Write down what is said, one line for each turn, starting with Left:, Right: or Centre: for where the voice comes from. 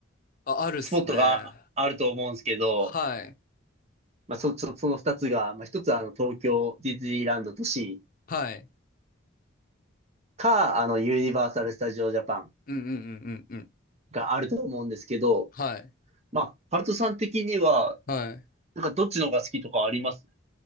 Left: あ、あるっすね。
Right: スポットがあると思うんですけど、
Left: はい。
Right: まあ、そ、そ、その二つが、まあ、一つはあの、東京ディズニーランド都市
Left: はい。
Right: か、あの、ユニバーサル・スタジオ・ジャパン
Left: うんうんうんうんうん。
Right: があると思うんですけど、
Left: はい。
Right: まあ、ハルトさん的には、
Left: はい。
Right: なんかどっちの方が好きとかあります